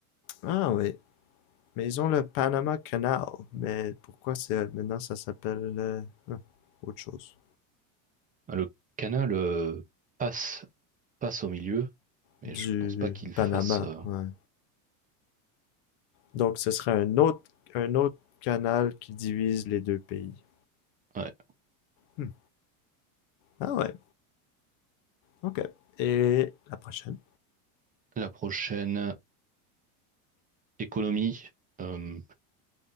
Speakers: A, on the left (about 55°); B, on the right (about 20°).
A: Ah oui. Mais ils ont le Panama Canal. Mais pourquoi c'est maintenant ça s'appelle euh, hein, autre chose?
B: Ah, Le canal euh, passe, passe au milieu, mais
A: Du
B: je pense pas qu'il fasse.
A: Panama,
B: euh,
A: ouais. Donc ce serait un autre un autre canal qui divise les deux pays.
B: ouais.
A: Hmm. Ah ouais, ok. Et la prochaine?
B: La prochaine économie. euh,